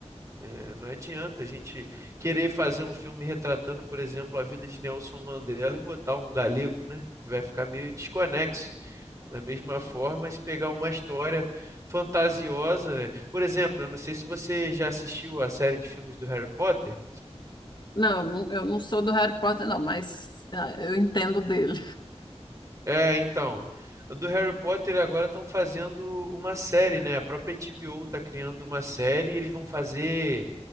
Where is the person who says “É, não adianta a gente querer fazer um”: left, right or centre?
Right